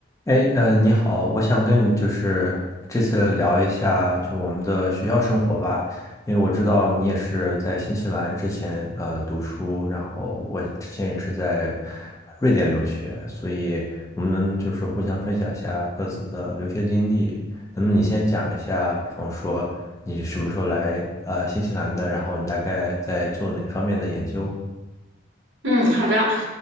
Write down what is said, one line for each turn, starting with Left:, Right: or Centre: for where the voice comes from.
Left: 哎，呃，你好，我想跟你就是这次聊一下，就是我们的学校生活吧，因为我知道你也是在新西兰之前呃读书，然后我之前也是在瑞典留学，所以我们能就是互相分享一下各自的留学经历。那么你先讲一下，比方说你什么时候来呃新西兰的，然后你大概在做哪方面的研究？
Right: 嗯，好的。